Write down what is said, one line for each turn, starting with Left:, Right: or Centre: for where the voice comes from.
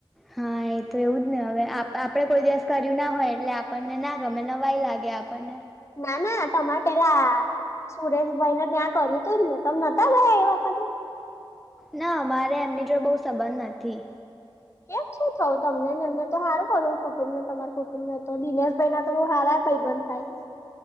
Centre: હા એ તો એવું જ ને હવે આપડે કોઈ દિવસ કરી ના હોય એટલે આપણને ના ગમે નવાઈ લાગે આપણને
Left: ના ના તમારે પેલા સુરેશભાઈ ને ત્યાં કર્યું તું જ ને તમ નતા ગયા એ વખતે <unintelligible>
Centre: ના મારે એમની જોડે બો સંબંધ નથી.
Left: કેમ શું થવું તમનેને એમને તો સારું ખરું કુટુંબને તમારા કુટુંબ ને તો દિનેશભાઈ ના તો બો હારા ભાઈબંધ થાય <unintelligible>